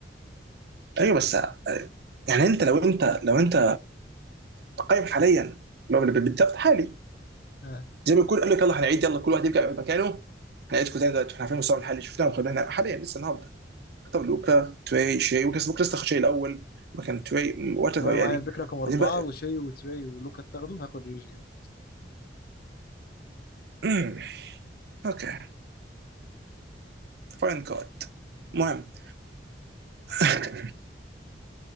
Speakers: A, on the right (about 60°); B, on the left (about 55°).
A: ايوه بس آه، يعني انت لو انت لو انت قايم حاليا لو اللي بالضبط حالي
B: اه
A: زي ما يكون قال لك يلا هنعيد يلا كل واحد يرجع مكانه هنعيدكم تاني دلوقتي احنا عارفين مستوى الحالي شفناه وخدناه احنا حاليا لسه النهارده اختار لوكا تري شي وكاس بوك لسه شي الاول مكان تري وات ايفر
B: انا
A: يعني
B: معايا البيك رقم اربعه
A: بعدين بقى
B: وشي وتري ولوكا تاخده هاخد جي جي
A: مم، اوكي فاين جاد المهم <laughs>